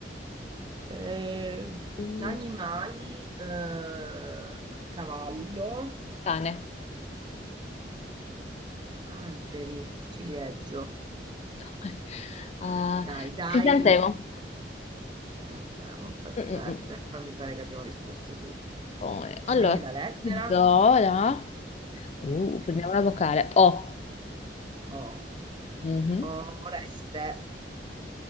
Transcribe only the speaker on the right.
eh,
animali, eh, cavallo,
alberi, ciliegio.
Dai, dai.
Esatto, Andiamo, perfetto.
E qua mi pare che abbiamo risposto tutti.
Scegli
la lettera
O.
Oreste.